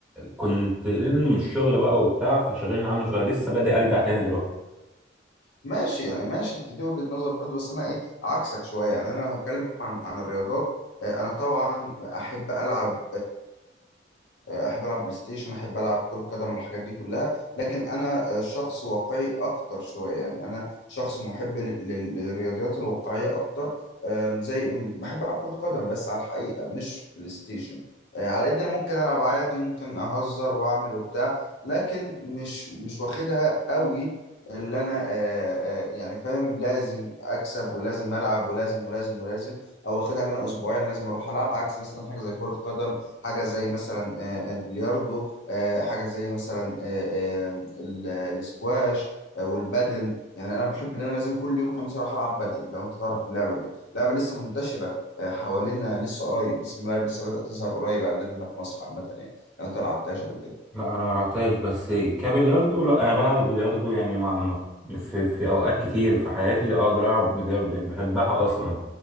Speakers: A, in the centre; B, on the left (about 70°).
A: كنت من الشغل بقى وبتاع فشغلنا عنه شويه لسه بادئ ارجع تاني دلوقتي
B: ماشي يعني ماشي انت دي وجهه نظر برضو بس انا ايه عكسك شويه يعني انا لو هتكلم عن عن الرياضات آه انا طبعا احب العب احب العب بلاي ستيشن احب العب كرة قدم والحاجات دي كلها لكن انا آه، شخص واقعي اكتر شوية يعني انا شخص محب لل- لل- للرياضيات الواقعية اكتر آم، زي م- بحب العب كرة قدم بس على الحقيقة مش بلاي ستيشن آه، على قد انا ممكن العب عادي وممكن اهزر واعمل وبتاع لكن مش مش واخدها قوي اللي انا آه، آه، يعني فاهم لازم اكسب ولازم العب ولازم ولازم ولازم او واخدها اللي انا اسبوعيا لازم اروح العب عكس مثلا حاجه زي كره قدم حاجة زي مثلا آه، البلياردو آه، حاجة زي مثلا آه، آه، ال- الاسكواش آه، والبادل يعني انا بحب ان انا لازم كل يوم خميس اروح العب بادل لو انت تعرف اللعبة دي لعبة لسه منتشرة آه، حوالينا لسه قريب لسه الملاعب لسه بدأت تظهر قريب عندنا هنا في مصر عامة يعني لو انت ما لعبتهاش قبل كده
A: لا انا ما لعبتهاش بس كبلياردو لا انا بلعب البلياردو يعني مع مع- في في اوقات كتير في حياتي اقدر العب بلياردو يعني بحبها اصلا